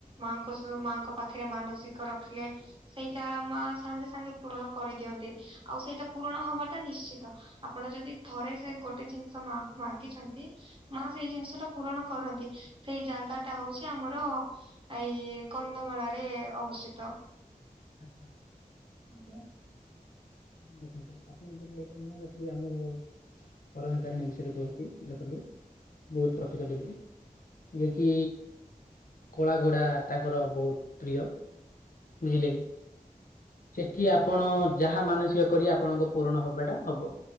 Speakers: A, on the right (about 35°); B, on the left (about 70°).
A: ମାଆଙ୍କ ସହ ମାଙ୍କ ପାଖରେ ମାନସିକ ରଖିଲେ ସେଇଟା ମା ସାଙ୍ଗେ ସାଙ୍ଗେ ପୂରଣ କରିଦିଅନ୍ତି ଆଉ ସେଇଟା ପୂରଣ ହବାଟା ନିଶ୍ଚିତ। ଆପଣ ଯଦି ଥରେ ସେ ଗୋଟେ ଜିନିଷ ମାଙ୍କୁ ମାଗିଛନ୍ତି ମା ସେଇ ଜିନିଷ ଟା ପୂରଣ କରନ୍ତି ସେଇ ଜାଗା ଟା ହଉଛି ଆମର ଏଇ କନ୍ଧମାଳା ରେ ଅବସ୍ଥିତ।
B: <inaudible>
A: ଆଜ୍ଞା
B: ଦେଖନ୍ତୁ ଆପଣ ତ କହିଲେ ମୁଁ ଅଛି ଆମର ପରଖା ତାରିଣୀ ବିଷୟରେ କହୁଛି ଦେଖନ୍ତୁ ବହୁତ ପ୍ରତ୍ୟକ୍ଷ ଦେବି। ଯିଏକି କୋଳା ଘୋଡ଼ା ତାଙ୍କର ବହୁତ ପ୍ରିୟ। ବୁଝିଲେ କି। ସେଠି ଆପଣ ଯାହା ମାନସିକ କରିବେ ଆପଣଙ୍କ ପୂରଣ ହବାଟା ହବ।